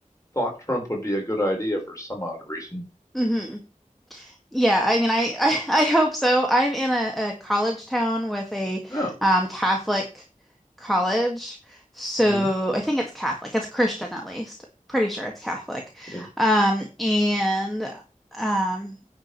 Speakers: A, on the left; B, in the centre.
A: thought Trump would be a good idea for some odd reason.
B: hmm Yeah, I mean, I, I, <laughs> I hope so. I'm in a, a college town with a
A: Oh,
B: um, Catholic college. So
A: mm-hmm.
B: I think it's Catholic. It's Christian at least. Pretty sure it's Catholic.
A: yeah,
B: Um, and um,